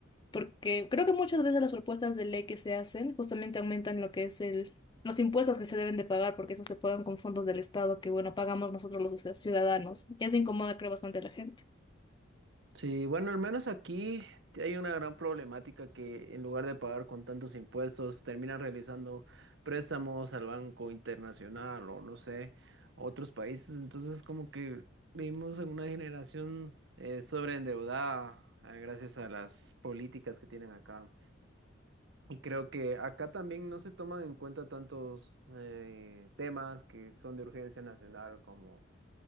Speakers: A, on the left (about 25°); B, on the right (about 65°).
A: porque creo que muchas veces las propuestas de ley que se hacen justamente aumentan lo que es el, los impuestos que se deben de pagar, porque eso se pagan con fondos del Estado que, bueno, pagamos nosotros los ci- ciudadanos. Y eso incomoda, creo, bastante a la gente.
B: Sí, bueno, al menos aquí hay una gran problemática que en lugar de pagar con tantos impuestos, terminan realizando préstamos al Banco Internacional o no sé, a otros países. Entonces, como que vivimos en una generación eh, sobreendeudada eh, gracias a las políticas que tienen acá. Y creo que acá también no se toman en cuenta tantos eh, temas que son de urgencia nacional como